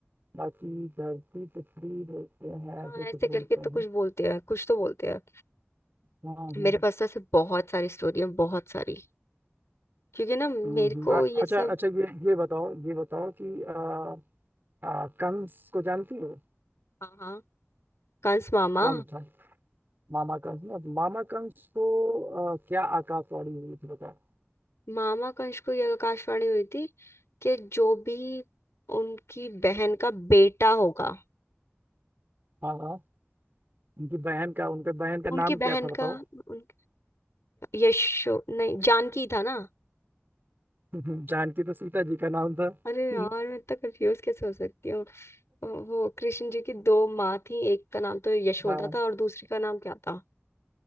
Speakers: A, on the right; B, on the left.
A: बाकी धरती पृथ्वी बोलते हैं
B: हाँ
A: ऐसे कुछ
B: ऐसे
A: बोलते
B: करके तो
A: हैं
B: कुछ बोलते हैं कुछ तो बोलते हैं
A: हाँ हाँ
B: मेरे पास तो ऐसे बहुत सारी स्टोरी है बहुत सारी क्योंकि ना मेरे
A: हम्म हम्म।
B: को
A: अ-
B: ये
A: अच्छा
B: सब
A: अच्छा ये ये बताओ ये बताओ कि आ, आ, कंस को जानती हो
B: हाँ हाँ कंस मामा
A: कौन था मामा कंस ना मामा कंस को आ, क्या आकाशवाणी हुई थी बताओ
B: मामा कंस को यह आकाशवाणी हुई थी कि जो भी उनकी बहन का बेटा होगा
A: हाँ हाँ उनकी बहन का उनके बहन का
B: उनकी
A: नाम क्या
B: बहन
A: था बताओ
B: का उन, यशो नहीं जानकी था ना
A: <laughs> जानकी तो सीता जी का नाम था
B: अरे यार
A: <laughs>
B: मैं इतना कंफ्यूज कैसे हो सकती हूँ अ, वो कृष्ण जी की दो माँ थी एक का नाम तो यशोदा
A: हाँ
B: था और दूसरी का नाम क्या था